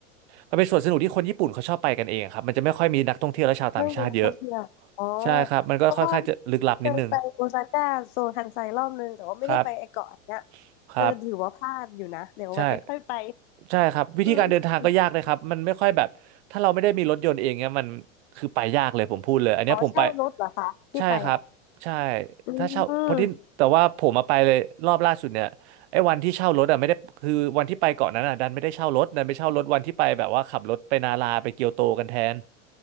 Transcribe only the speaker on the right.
มันเป็นสวนสนุกที่คนญี่ปุ่นเขาชอบไปกันเองครับมันจะไม่ค่อยมีนักท่องเที่ยวและชาวต่างชาติเยอะ
ใช่ครับมันก็ค่อนข้างจะลึกลับนิดนึง
ครับครับ
ใช่ใช่ครับวิธีการเดินทางก็ยากเลยครับมันไม่ค่อยแบบถ้าเราไม่ได้มีรถยนต์เองเนี่ยมันคือไปยากเลยผมพูดเลยอันเนี้ยผมไป
ใช่ครับใช่
ถ้าเช่าเพราะที่แต่ว่าผมมาไปเลยรอบล่าสุดเนี่ยไอ้วันที่เช่ารถอ่ะไม่ได้คือวันที่ไปเกาะนั้นอ่ะดันไม่ได้เช่ารถดันไปเช่ารถวันที่ไปแบบว่าขับรถไปนาราไปเกียวโตกันแทน